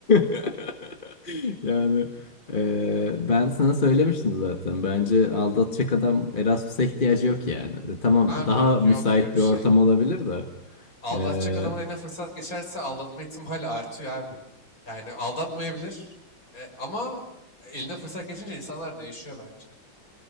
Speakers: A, on the left (about 25°); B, on the left (about 40°).
A: <laughs> Yani ee, ben sana söylemiştim zaten. Bence aldatacak adam Erasmus'a ihtiyacı yok yani. E, Tamam
B: Abi
A: daha müsait
B: yok öyle bir
A: bir
B: şey.
A: ortam olabilir de.
B: Aldatacak
A: Ee,
B: adamın eline fırsat geçerse aldatma ihtimali artıyor abi. Yani aldatmayabilir e, ama eline fırsat geçince insanlar değişiyor bence.